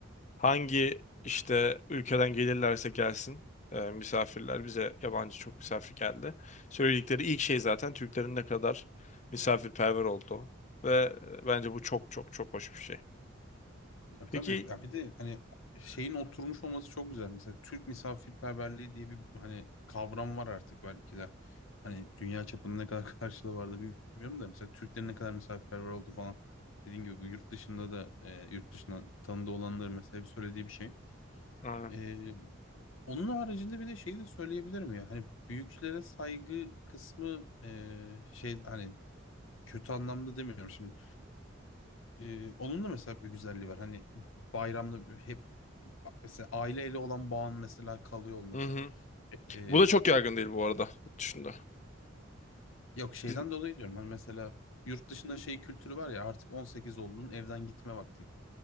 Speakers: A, on the left; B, on the left.
A: hangi işte ülkeden gelirlerse gelsin e, misafirler bize yabancı çok misafir geldi. Söyledikleri ilk şey zaten Türklerin ne kadar misafirperver olduğu ve e, bence bu çok çok çok hoş bir şey.
B: Ya tabii
A: Peki
B: ya bir de hani şeyin oturmuş olması çok güzel. Mesela Türk misafirperverliği diye bir hani kavram var artık belki de. Hani dünya çapında ne kadar <laughs> karşılığı vardı bilmiyorum da mesela Türklerin ne kadar misafirperver oldu falan. Dediğim gibi bu yurt dışında da e, yurt dışında tanıdığı olanların mesela hep söylediği bir şey.
A: aynen.
B: E, onun haricinde bir de şeyi de söyleyebilirim ya. Hani büyüklere saygı kısmı e, şey hani kötü anlamda demiyorum şimdi Ee, onun da mesela bir güzelliği var. Hani bayramda bir- hep mesela aileyle olan bağın mesela kalıyor olması.
A: Hı hı.
B: Ee,
A: Bu da çok yaygın değil bu arada yurt dışında.
B: yok şeyden
A: Biz,
B: dolayı diyorum. Hani mesela yurt dışında şey kültürü var ya artık 18 oldun evden gitme vaktin.